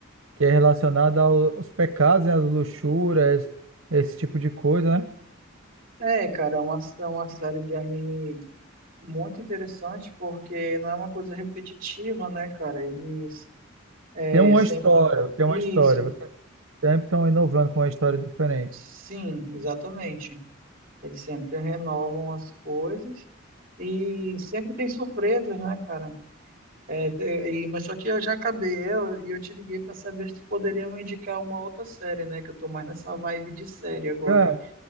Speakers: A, on the right (about 75°); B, on the right (about 45°).
A: que é relacionada ao- aos pecados, né, às luxúrias, esse tipo de coisa, né?
B: É, cara, é uma, é uma série de anime muito interessante porque não é uma coisa repetitiva, né, cara? Eles é
A: Tem uma
B: sempre.
A: história, tem
B: Isso,
A: uma história. Vocês sempre estão inovando com uma história diferente.
B: sim, exatamente. Eles sempre renovam as coisas e sempre tem surpresas, né, cara? É, te- e- mas só que eu já acabei ela e eu te liguei pra saber se tu poderia me indicar uma outra série, né? Que eu tô mais nessa vibe de série agora.
A: Cara,